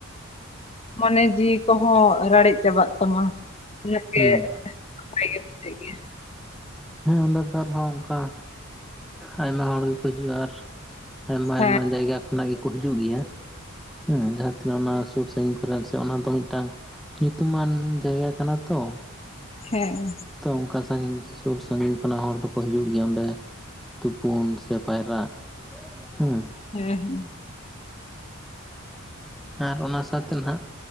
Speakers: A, on the left (about 30°); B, in the centre.
A: ᱢᱚᱱᱮ ᱡᱤᱣᱤ ᱠᱚ ᱦᱚᱸ ᱨᱟᱲᱮᱡ ᱪᱟᱵᱟᱜ ᱛᱟᱢᱟ ᱾ ᱩᱱᱟᱹᱜ ᱜᱮ
B: ᱦᱩᱸ
A: ᱱᱟᱯᱟᱭ ᱜᱮ ᱢᱮᱱᱟᱹᱜ ᱜᱮᱭᱟ.
B: ᱦᱮᱸ ᱚᱸᱰᱮ ᱫᱚ ᱟᱨ ᱦᱚᱸ ᱚᱝᱠᱟ ᱟᱭᱢᱟ ᱦᱚᱲ ᱜᱮ ᱠᱚ ᱦᱤᱡᱩᱜᱼᱟ ᱟᱨ ᱟᱭᱢᱟ
A: ᱦᱮᱸ
B: ᱟᱭᱢᱟ ᱡᱟᱭᱜᱟ ᱠᱷᱚᱱᱟᱜ ᱜᱮ ᱠᱚ ᱦᱤᱡᱩᱜ ᱜᱮᱭᱟ ᱦᱮᱸ ᱡᱟᱦᱟᱸ ᱛᱤᱱᱟᱹᱜ ᱚᱱᱟ ᱥᱳᱨ ᱥᱳ ᱛᱩᱝᱵᱷᱚᱨᱟ ᱥᱮ ᱚᱱᱟ ᱫᱚ ᱢᱤᱫ ᱴᱟᱝ ᱧᱩᱛᱩᱢᱟᱱ ᱡᱟᱭᱜᱟ ᱠᱟᱱᱟ ᱛᱚ,
A: ᱦᱮᱸ,
B: ᱛᱚ ᱚᱝᱠᱟ ᱥᱟᱺᱜᱤᱧ ᱥᱩᱨ ᱥᱟᱺᱜᱤᱧ ᱠᱷᱚᱱᱟᱜ ᱦᱚᱲ ᱫᱚ ᱠᱚ ᱦᱤᱡᱩᱜ ᱜᱮᱭᱟ ᱚᱸᱰᱮ, ᱛᱳᱯᱳᱱ ᱥᱮ ᱯᱟᱭᱨᱟᱜ, ᱦᱩᱸ
A: ᱦᱮᱸ ᱦᱩᱸ,
B: ᱟᱨ ᱚᱱᱟ ᱥᱟᱶᱛᱮ ᱱᱟᱦᱟᱜ